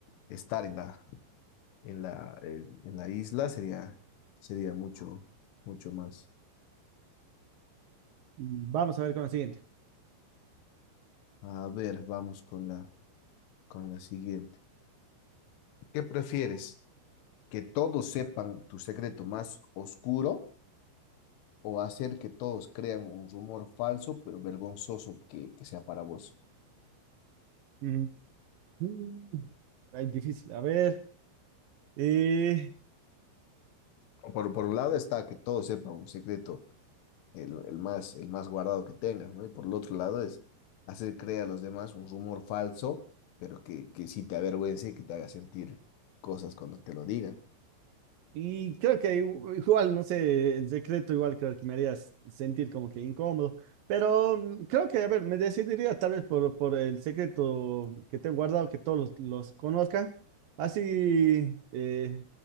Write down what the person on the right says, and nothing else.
vamos a ver con la siguiente.
Mm, mm, ay, difícil, a ver. Eh,
y creo que igu- igual, no sé, el secreto igual creo que me haría s- sentir como que incómodo, pero mm, creo que, a ver, me decidiría tal vez por, por el secreto que tengo guardado, que todos los, los conozcan, así, eh,